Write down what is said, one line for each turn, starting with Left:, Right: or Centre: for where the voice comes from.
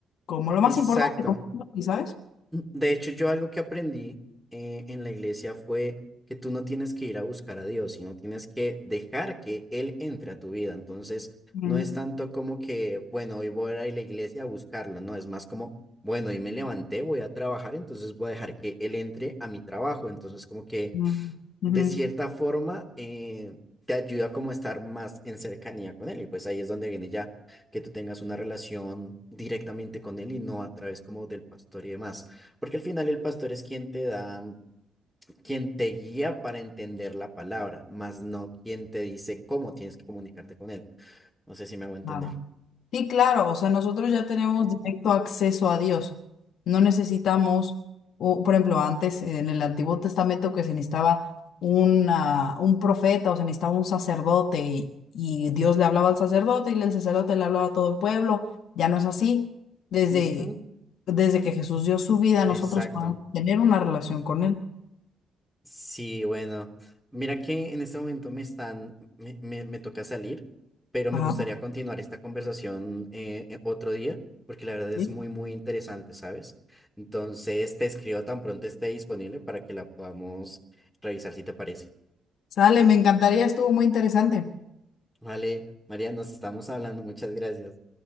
Left: como lo más
Centre: exacto.
Left: importante, como, ¿sabes?
Centre: De hecho, yo algo que aprendí eh, en la iglesia fue que tú no tienes que ir a buscar a Dios, sino tienes que dejar que Él entre a tu vida. Entonces,
Left: Mm,
Centre: no es tanto como que, bueno, hoy voy a ir a la iglesia a buscarlo, no, es más como, bueno, hoy me levanté, voy a trabajar, entonces voy a dejar que Él entre a mi trabajo. Entonces, como que
Left: mm, ujú.
Centre: de cierta forma eh, te ayuda como a estar más en cercanía con él y pues ahí es donde viene ya que tú tengas una relación directamente con él y no a través como del pastor y demás, porque al final el pastor es quien te da, quien te guía para entender la palabra, más no quien te dice cómo tienes que comunicarte con él. No sé si me hago entender.
Left: Claro. Sí, claro, o sea, nosotros ya tenemos directo acceso a Dios. No necesitamos, o, por ejemplo, antes en el Antiguo Testamento que se necesitaba una, un profeta o se necesitaba un sacerdote y, y Dios le hablaba al sacerdote y el sacerdote le hablaba a todo el pueblo. Ya no es así. Desde,
Centre: Ujú,
Left: desde que Jesús dio su vida, nosotros
Centre: Exacto.
Left: podemos tener una relación con Él.
Centre: Sí, bueno, mira que en este momento me están, me, me, me toca salir, pero me
Left: Ajá.
Centre: gustaría continuar esta conversación eh, eh, otro día, porque la verdad es
Left: Sí.
Centre: muy, muy interesante, ¿sabes? Entonces te escribo tan pronto esté disponible para que la podamos revisar si te parece.
Left: Sale, me encantaría, estuvo muy interesante.
Centre: Vale, María, nos estamos hablando, muchas gracias.